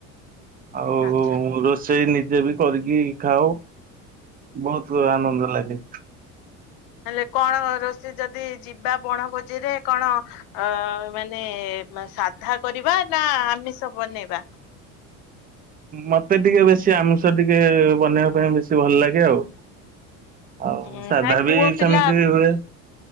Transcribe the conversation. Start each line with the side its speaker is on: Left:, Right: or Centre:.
Right: ଆଉ
Left: ଆଚ୍ଛା।
Right: ରୋଷେଇ ନିଜେ ବି କରିକି ଖାଉ। ବହୁତ ଆନନ୍ଦ ଲାଗେ।
Left: ହେଲେ କଣ ରୋଷେଇ ଯଦି ଯିବା ବଣଭୋଜିରେ କଣ ଅ ମାନେ ମା ସାଧା କରିବା ନା ଆମିଷ ବନେଇବା?
Right: ମୋତେ ଟିକେ ବେଶି ଆମିଷ ଟିକେ ବନେଇବା ପାଇଁ ବେଶି ଭଲ ଲାଗେ ଆଉ। ଆଉ
Left: ହୁଁ
Right: ସାଧା
Left: ନାଇଁ ପୁଅ
Right: ବି
Left: ପିଲା
Right: ସେମିତି ହୁଏ।